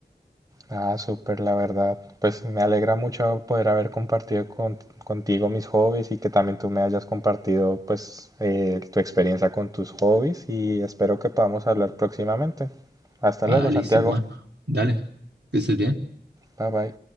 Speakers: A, on the right (about 20°); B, on the right (about 75°).
A: Ah, súper, la verdad. Pues me alegra mucho poder haber compartido con- contigo mis hobbies y que también tú me hayas compartido pues eh, tu experiencia con tus hobbies y espero que podamos hablar próximamente. Hasta
B: Ah,
A: luego,
B: listo,
A: Santiago.
B: Juan, dale, que estés bien.
A: Bye bye.